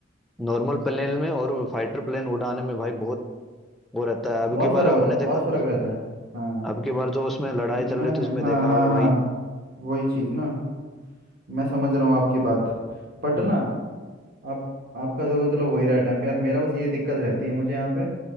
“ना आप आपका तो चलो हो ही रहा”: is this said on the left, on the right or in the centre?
Right